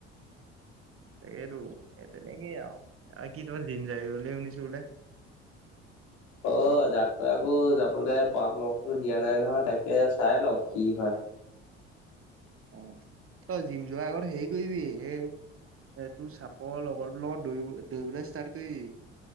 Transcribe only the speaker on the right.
ত, সেইটো এই তেনেকেই আৰু কি তোমাৰ জিম যায় বুলি শুনিছো বোলে।
অ, তই জিম যোৱা আগৰ হেৰি কৰিবি এ এই তোৰ চাপৰ লগৰটো লগত দৌৰিব দৌৰিবলৈ ষ্টাৰ্ট কৰি দিবি।